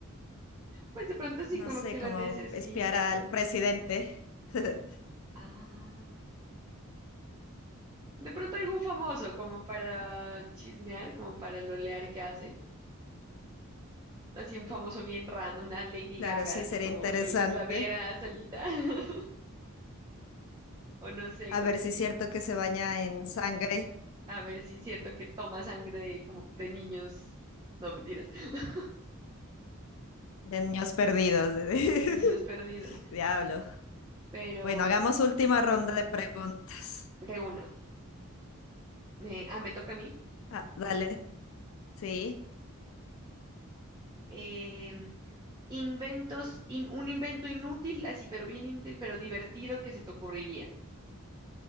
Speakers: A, on the right; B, on the left.
A: Pues de pronto sí
B: No
A: como
B: sé,
A: que lo
B: como
A: necesito,
B: espiar al
A: ¿no?
B: presidente. <laughs>
A: Ah. De pronto algún famoso, como para chismear, como para lolear que hacen. Así un famoso bien random, una Lady
B: Claro,
A: Gaga,
B: sí,
A: así
B: sería
A: como
B: interesante.
A: que la la viera solita. <laughs> O no sé,
B: A
A: como
B: ver si
A: que
B: es cierto que se baña en sangre
A: a ver si es cierto que toma sangre de, como de niños, no mentiras, <laughs>
B: de niños perdidos. <laughs>
A: de niños perdidos.
B: Diablo.
A: Pero
B: Bueno, hagamos última ronda de preguntas.
A: de una, me, ah, me toca a mí.
B: Ah, dale. Sí,
A: Em, inventos, in- un invento inútil, así, pero bien inútil, pero divertido que se te ocurriría.